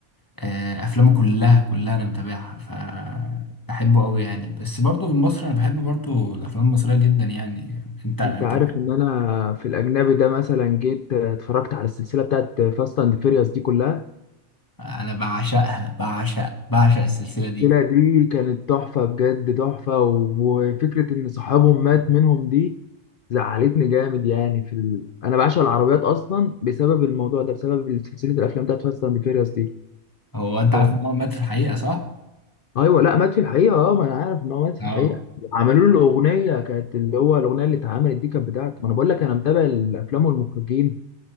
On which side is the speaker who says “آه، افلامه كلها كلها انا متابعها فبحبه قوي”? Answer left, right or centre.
Left